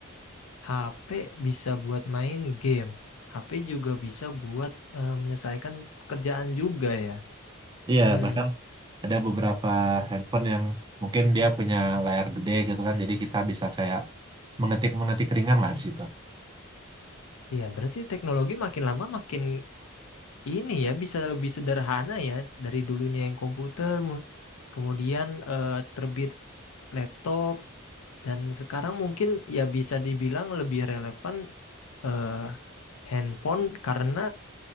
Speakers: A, on the left; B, on the right.
A: HP bisa buat main game. HP juga bisa buat eh, menyelesaikan pekerjaan juga ya.
B: Iya,
A: Hmm,
B: bahkan ada beberapa handphone yang mungkin dia punya layar gede gitu kan, jadi kita bisa kayak mengetik-mengetik ringan lah di situ.
A: ya berarti teknologi makin lama makin ini ya bisa lebih sederhana ya dari dulunya yang komputer, mu- kemudian eh, terbit laptop dan sekarang mungkin ya bisa dibilang lebih relevan eh, handphone karena